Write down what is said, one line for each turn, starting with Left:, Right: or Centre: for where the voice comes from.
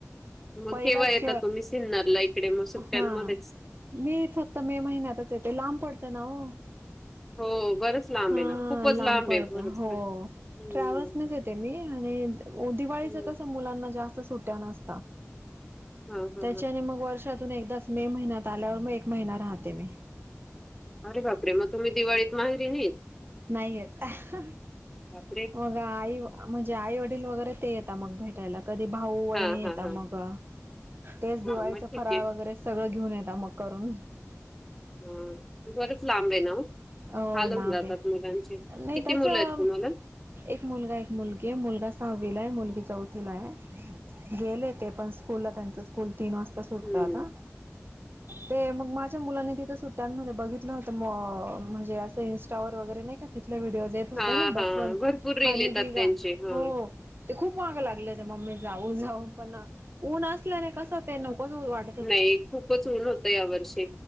Centre: मग
Right: पहिलाच
Centre: केव्हा येता तुम्ही सिन्नरला इकडे मग सुट्ट्यांमध्येच?
Right: हा. मी फक्त मे महिन्यातच येते लांब पडतं ना ओ.
Centre: हो बरंच लांब
Right: हा
Centre: आहे ना, खूपच लांब
Right: पडतं
Centre: आहे. बरंच
Right: हो,
Centre: लांब. हं,
Right: ट्रॅव्हल्सनच येते मी आणि दिवाळीच
Centre: हं.
Right: कसं मुलांना जास्त सुट्ट्या नसता
Centre: हां, हां,
Right: त्याच्यानी
Centre: हां.
Right: मग वर्षा तून एकदाच मे महिन्यात आल्यावर मग एक महिना राहते मी.
Centre: अरे बापरे! मग तुम्ही दिवाळीत माहेरी नाही?
Right: नाही येत,
Centre: बापरे!
Right: मग आई म्हण जे आईवडील वगैरे ते येतता मग भेटायला. कधी भाऊ वहिणी
Centre: हां,
Right: येता
Centre: हां, हां.
Right: मग तेच दिवाळीचं
Centre: हां, मग ठीक
Right: फराळ
Centre: आहे.
Right: वगैरे सगळं घेऊन येता मग करून.
Centre: हम्म बरंच लांब आहे ना ओ?
Right: हो
Centre: हालवून
Right: लांब
Centre: जातात
Right: आहे
Centre: मुलांचे,
Right: नाही
Centre: किती
Right: तसं
Centre: मुलं आहेत तुम्हाला?
Right: एक मुलगा, एक मुलगी आहे मुलगा सहावीला आहे, मुलगी चौथीला आहे, गेले ते पण स्कूल त्यांच्या स्कूल तीन वाजता सुटत
Centre: हम्म.
Right: आता ते मग माझ मुलांनी तिथ सुट्ट्या मध्ये बघितलं होत म्हणजे असं इंस्टा वगैरे नाही का तिथले व्हडिओ देत होते
Centre: हा,
Right: ना बसवंत
Centre: हा. भरपूर रील
Right: आणि
Centre: येतात
Right: बिगा,
Centre: त्यांचे. हं.
Right: हो. ते खूप माग लागले होते मम्मी जाऊ, जाऊ पण ऊन असल्याने कसं ते नकोच वाट
Centre: नाही खूपच ऊन होतं या वर्षी,